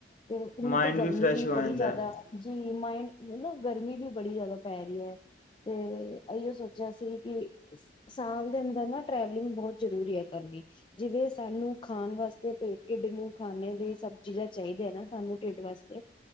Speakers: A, on the left (about 25°); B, on the left (about 45°).
A: ਤੇ ਹੁਣ
B: ਮਾਈਂਡ
A: ਤੇ ਗਰਮੀ
B: ਫਰੈਸ਼
A: ਵੀ
B: ਹੋ
A: ਬੜੀ
B: ਜਾਂਦਾ
A: ਜ਼ਿਆਦਾ
B: ਹੈ
A: ਜੀ ਮਾਈਡ ਨਾ ਗਰਮੀ ਵੀ ਬੜੀ ਜ਼ਿਆਦਾ ਪੈ ਰਹੀ ਹੈ। ਤੇ ਇੋ ਸੋਚਿਆ ਸੀ ਕਿ ਸਾਲ ਦੇ ਅੰਦਰ ਨਾ ਟ੍ਰੈਵਲਿੰਗ ਬਹੁਤ ਜ਼ਰੂਰੀ ਹੈ ਕਰਨੀ ਜਿਵੇਂ ਸਾਨੂੰ ਖਾਣ ਵਾਸਤੇ ਪੇਟ ਢਿੱਡ ਨੂੰ ਖਾੇ ਦੀ ਸਭ ਚੀਜ਼ਾਂ ਚਾਹੀਦੀਆਂ ਨਾ ਸਾਨੂੰ ਢਿੱਡ ਵਾਸਤੇ